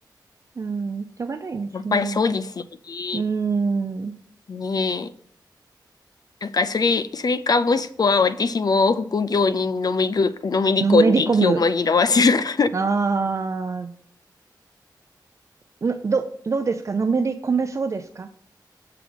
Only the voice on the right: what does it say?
うん、しょうがないですね。
うん、の
めり込む。
ああ、のど、どうですかのめり込めそうですか